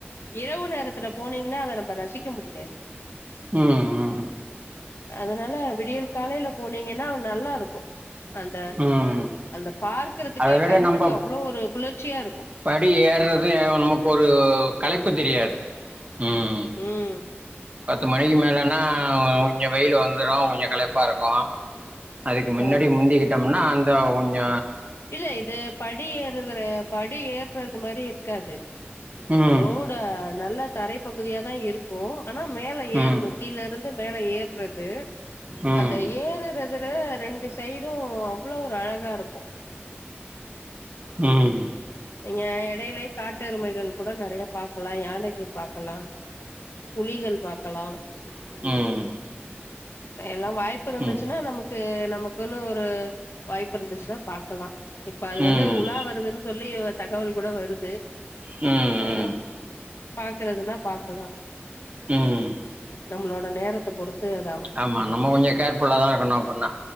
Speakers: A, on the left (about 70°); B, on the right (about 35°).
A: இரவு நேரத்துல போனீங்கன்னா அதை நம்ம ரசிக்க முடியாது
B: உம் உம்
A: அதனால விடியல் காலையில போனீங்கன்னா நல்லா இருக்கும் அந்த
B: ம்
A: அந்த பாக்கறதுக்கே
B: அதை விட
A: கண்ணுக்கு
B: நம்ம
A: அவ்ளோ ஒரு குளர்ச்சியா இரு
B: படி ஏர்றதும் உமக்கு ஒரு கலைப்பு தெரியாது ம்
A: உம்
B: பத்து மணிக்கு மேலனா கொஞ்ச வெயில் வந்துடும் கொஞ்சம் கலைப்பா இருக்கும் அதுக்கு மின்னாடி
A: ஆ
B: முந்திக்கிட்டோம்னா அந்- த ஒன் ஞ
A: இல்ல இது படி ஏறுது படி ஏறுறது இது மாதிரி இருக்காது
B: ம்
A: ரோட நல்ல தரைப்பகுதியா தா இருக்கு ஆனா மேல ஏறணும்
B: ம்
A: கீழருந்து மேல ஏற்றது
B: ம்
A: அந்த ஏறுறதுற ரெண்டு சைடு அவ்ளோ ஒரு அழகா இருக்கும்
B: உம்
A: ங்க எடையிலே காட்டுருமைகள் கூட நறயா பாக்கலா யானைகள் பாக்கலா புலிகள் பாக்கலம்
B: ம்
A: எல்லா வாய்ப்புருந்துச்சுன்னா
B: ம்
A: நமக்கு நமக்குன்னு ஒரு வாய்ப்புருந்துச்சுன்னா பாக்கலா இப்ப அதுறந்து
B: ம் ம்
A: உலா வருதுன் சொல்லி தகவல் கூட வருது
B: ஹம்
A: ஆ
B: ம்
A: பாக்குறதுன்னா பாக்கலா
B: உம்
A: அம்ளோட நேரத்த பொறுத்து அ
B: ஆமா நம்ம ஒஞ்ச கேர்புல்லாதா இருணும் அப்புன்னா